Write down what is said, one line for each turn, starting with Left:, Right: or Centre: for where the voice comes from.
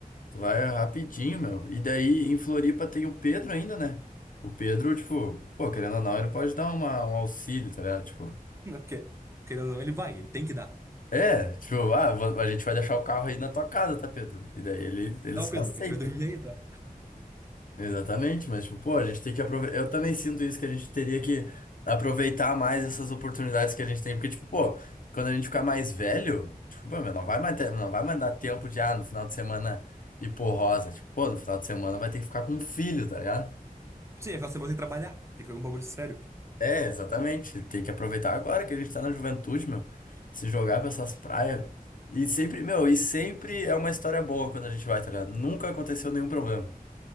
Left: Tu vai rapidinho, meu. E daí em Floripa tem o Pedro ainda, né? O Pedro, tipo, pô, querendo ou não, ele pode dar uma, um auxílio, tá ligado? Tipo.
Right: Não, Porque, querendo ou não, ele vai, ele tem que dar.
Left: É, tipo, ah, vo- a gente vai deixar o carro aí na tua casa, tá, Pedro? E daí ele, ele
Right: Tá,
Left: só
Right: ô Pedro,
Left: aceita.
Right: a gente vai dormir aí, tá?
Left: Exatamente, mas tipo, pô, a gente tem que aproveitar. Eu também sinto isso que a gente teria que aproveitar mais essas oportunidades que a gente tem, porque tipo, pô, quando a gente ficar mais velho, tipo, pô, meu, não vai mais ter- não vai mais dar tempo de ah, no final de semana ir por rosa, tipo, pô, no final de semana vai ter que ficar com um filho, tá ligado?
Right: Sim, aquela semana tem que trabalhar, tem que fazer um bagulho sério.
Left: É, exatamente. Tem que aproveitar agora que a gente tá na juventude, meu. Se jogar pra essas praias. E sempre, meu, e sempre é uma história boa quando a gente vai, tá ligado? Nunca aconteceu nenhum problema.